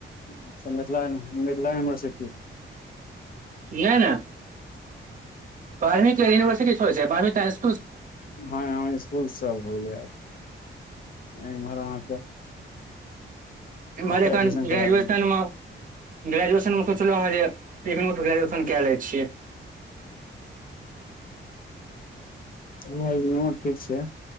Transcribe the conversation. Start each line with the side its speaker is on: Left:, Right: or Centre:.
Left: अच्छा मिथिला मिथिला यूनिवर्सिटी
Right: नै नेय बारमी के यूनिवर्सिटी थोरे छै बारमी त
Left: हँ ह स्कूल सब हो गेलै आब इमहर अहाँके
Right: अमहर
Left: एतऽ
Right: जखन
Left: एडमिशन
Right: ग्रेजुएशन
Left: करा रहल
Right: मऽ ग्रेजुएशन मे सोचलहुँ हँ जे ग्रेजुएशन इंगनू सऽ कए लै छियै
Left: हू इंगनू ओ ठीक छै